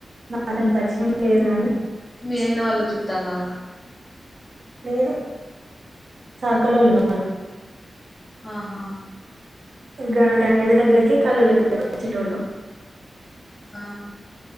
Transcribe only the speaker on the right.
నాకంటే పరిచయం లేదు కాని
లేేరు చాకలోళ్ళు వాళ్లు
ఎగర డాడీ దగ్గరకి కళ్ళు దగ్గరకి వచ్చటోళ్లు